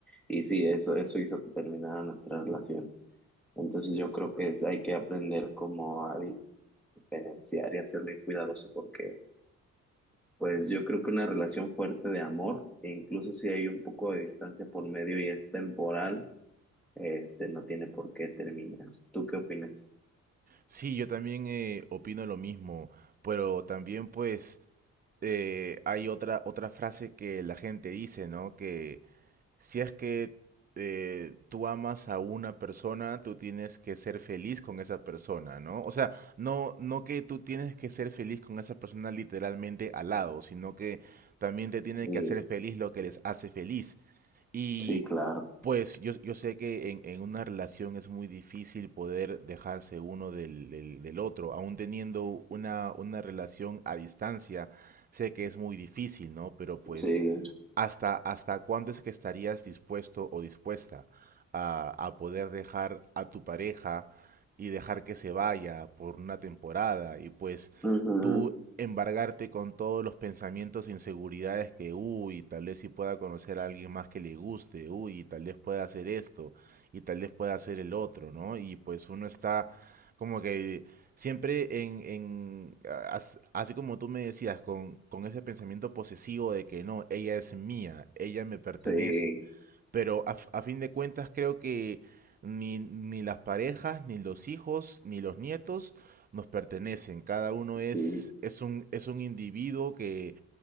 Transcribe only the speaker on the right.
Sí, yo también eh, opino lo mismo, pero también pues eh, hay otra, otra frase que la gente dice, ¿no? Que si es que eh, tú amas a una persona, tú tienes que ser feliz con esa persona, ¿no? O sea, no, no que tú tienes que ser feliz con esa persona literalmente al lado, sino que también te tiene
que hacer feliz lo que les hace feliz. Y
pues yo, yo sé que en, en una relación es muy difícil poder dejarse uno del, del- del otro, aún teniendo una, una relación a distancia, sé que es muy difícil, ¿no? Pero pues
¿Hasta, hasta cuándo es que estarías dispuesto o dispuesta a, a poder dejar a tu pareja y dejar que se vaya por una temporada y pues
tú embargarte con todos los pensamientos e inseguridades que, uy, tal vez si pueda conocer a alguien más que le guste, uy, tal vez pueda hacer esto y tal vez pueda hacer el otro, ¿no? Y pues uno está como que siempre en, en as- así como tú me decías, con, con ese pensamiento posesivo de que no, ella es mía, ella me pertenece.
Pero a, f- a fin de cuentas creo que ni, ni las parejas, ni los hijos, ni los nietos nos pertenecen. Cada uno es,
es un, es un individuo que,